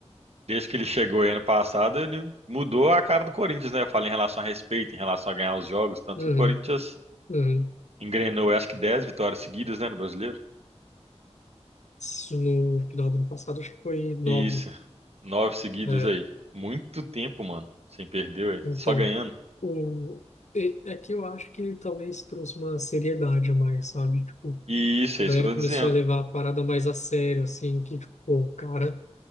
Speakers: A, on the right (about 60°); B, on the left (about 80°).
A: desde que ele chegou aí ano passado, ele mudou a cara do Corinthians, né? Eu falo em relação a respeito, em relação a ganhar os jogos. Tanto
B: Uhum,
A: que o Corinthians
B: uhum.
A: engrenou, eu acho que 10 vitórias seguidas, né, no brasileiro.
B: Isso no final do ano passado, acho que foi nove.
A: E isso, nove seguidas
B: É,
A: aí. Muito tempo, mano, sem perder, ué.
B: então,
A: só ganhando.
B: o, e- é que eu acho que talvez trouxe uma seriedade a mais, sabe? Tipo,
A: E isso,
B: a
A: é
B: galera
A: isso que eu tô
B: começou
A: dizendo.
B: a levar a parada mais a sério, assim, que, tipo, pô, o cara